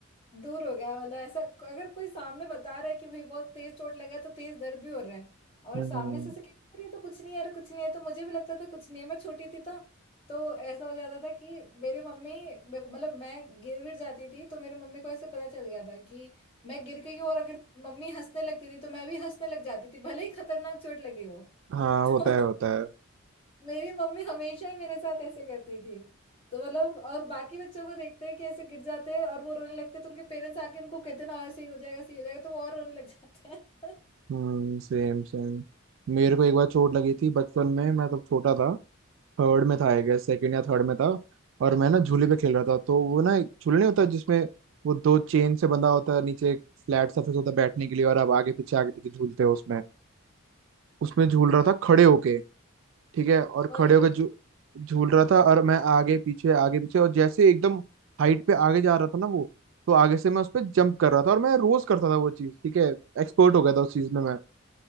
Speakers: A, on the left; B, on the right.
A: दूर हो गया मतलब ऐसा अगर कोई सामने बता रहा है कि भाई बहुत तेज चोट लगा है तो तेज दर्द भी हो रहा है और
B: हम्म
A: सामने से से कह रही है तो कुछ नहीं है अरे कुछ नहीं है तो मुझे भी लगता था कुछ नहीं है मैं छोटी थी तो तो ऐसा हो जाता था कि मेरे मम्मी मतलब मैं गिर गिर जाती थी तो मेरे मम्मी को ऐसे पता चल गया था कि मैं गिर गई हूँ और अगर मम्मी हंसने लगती थी तो मैं भी हंसने लग जाती थी भले ही खतरनाक चोट लगी हो
B: हाँ
A: <laughs>
B: होता
A: तो
B: है होता है
A: मेरी मम्मी हमेशा ही मेरे साथ ऐसे करती थी तो मतलब और बाकी बच्चों को देखते हैं कि ऐसे गिर जाते हैं और वो रोने लगते हैं तो उनके पेरेंट्स आके उनको कहते हैं ना ऐसे ही हो जाएगा सही हो जाएगा तो वो और रोने लग जाते हैं <laughs>
B: हम्म सेम सेम मेरे को एक बार चोट लगी थी बचपन में मैं तब छोटा था थर्ड में था आई गेस सेकेंड या थर्ड में था और मैं ना झूले पे खेल रहा था तो वो ना एक झूले नहीं होता जिसमें वो दो चेन से बंधा होता है नीचे एक फ्लैट सरफेस होता है बैठने के लिए और आप आगे पीछे आगे पीछे झूलते हो उसमें उसमें झूल
A: हम्म
B: रहा था खड़े होके ठीक है और
A: और
B: खड़े
A: ये-
B: होकर झू झूल रहा था और मैं आगे पीछे आगे पीछे और जैसे एकदम हाइट पे आगे जा रहा था ना वो तो आगे से मैं उस पर जंप कर रहा था और मैं रोज करता था वो चीज ठीक है एक्सपर्ट हो गया था उस चीज में मैं